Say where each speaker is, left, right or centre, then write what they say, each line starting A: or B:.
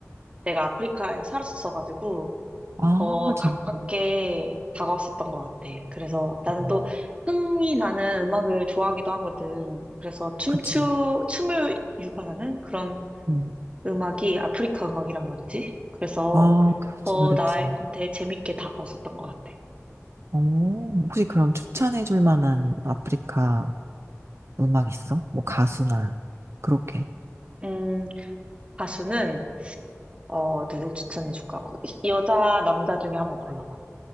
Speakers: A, on the right (about 25°); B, on the right (about 60°).
A: 내가 아프리카에 살았었어가지고,
B: 아,
A: 어, 가깝게
B: 진짜.
A: 다가왔었던 것 같아. 그래서 나는
B: 음,
A: 또 흥이 나는 음악을 좋아하기도 하거든. 그래서 춤추,
B: 그치.
A: 춤을 유발하는 그런
B: 음.
A: 음악이 아프리카 음악이란 말이지. 그래서
B: 아, 그렇지,
A: 더
B: 그렇지.
A: 나한테 재밌게 다가왔었던 것 같아.
B: 오, 혹시 그럼 추천해 줄 만한 아프리카 음악 있어? 뭐 가수나, 그렇게.
A: 음, 가수는, 어, 누구 추천해줄까? 여자, 남자 중에 한번 골라봐.